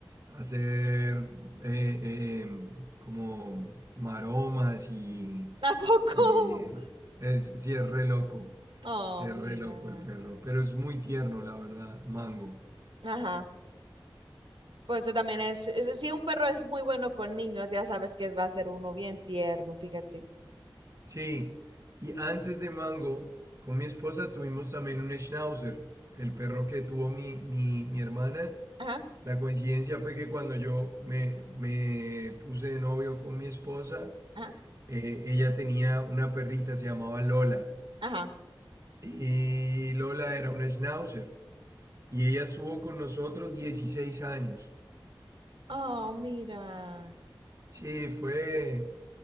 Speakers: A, on the right; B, on the right.
A: hacer eh, em, como maromas y,
B: <laughs> Tampoco.
A: y es, sí, es re loco,
B: Oh,
A: es
B: mira.
A: re loco el perro, pero es muy tierno, la verdad, Mango.
B: Ajá. Pues también es, es- si un perro es muy bueno con niños, ya sabes que va a ser uno bien tierno, fíjate.
A: Sí, y antes de Mango, con mi esposa tuvimos también un Schnauzer, el perro que tuvo mi, mi, mi hermana.
B: Ajá,
A: La coincidencia fue que cuando yo me, me puse de novio con mi esposa,
B: ajá,
A: eh, ella tenía una perrita, se llamaba Lola,
B: ajá.
A: y Lola era una Schnauzer, y ella estuvo con nosotros 16 años.
B: Oh, mira.
A: Sí, fue,